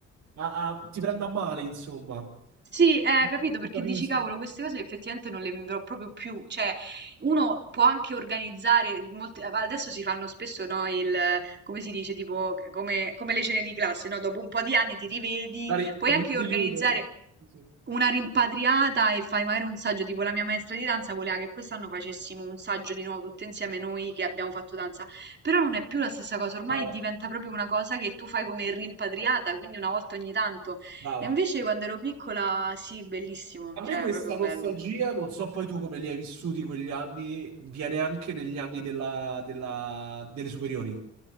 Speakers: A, on the right; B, on the right.
A: a- a- ti prende a male, insomma.
B: Sì, eh,
A: Non
B: capito, perché
A: Capisco.
B: dici, cavolo, queste cose effettivamente non le vivrò proprio più. Cioè, uno può anche organizzare, molte- adesso si fanno spesso, no, il, eh, come si dice, tipo, come, come le cene di classe, no? Dopo un po' di anni ti rivedi,
A: La ri-
B: puoi anche
A: di
B: organizzare
A: Europe. Sì, sì.
B: una rimpatriata e fai magari un saggio, tipo la mia maestra di danza voleva che quest'anno facessimo un saggio di nuovo tutte insieme noi che abbiamo fatto danza, però non è più la stessa cosa, ormai
A: Brava,
B: diventa proprio una cosa che tu fai come rimpatriata, quindi una volta ogni tanto.
A: brava.
B: E invece quando ero piccola, sì, bellissimo,
A: A
B: cioè
A: me questa
B: proprio
A: nostalgia,
B: bello.
A: non so poi tu come li hai vissuti quegli anni, viene anche negli anni della- della- delle superiori.